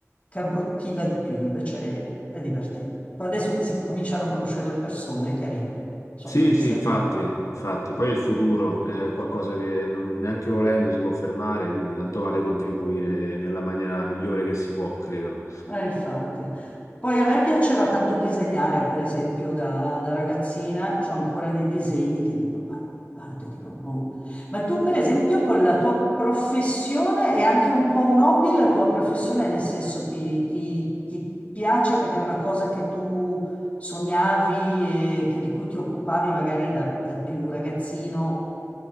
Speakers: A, on the left; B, on the left.
A: che abbruttiva di più, invece è, è divertente. Poi adesso che si cominciano a conoscere le persone è carino. Insomma,
B: Sì,
A: mi
B: sì,
A: sembra.
B: infatti, infatti. Poi è il futuro è qualcosa che non- neanche volendo si può fermare, quindi tanto vale contribuire nella maniera migliore che si può, credo.
A: Eh, infatti. Poi a me piaceva tanto disegnare, per esempio, da, da ragazzina, ho ancora dei disegni che dico, guarda, guarda, dico, boh. Ma tu, per esempio, con la tua professione è anche un po' un hobby, la tua professione, nel senso ti, ti- ti piace perché è una cosa che tu sognavi e che- di cui ti occupavi magari da, da più ragazzino.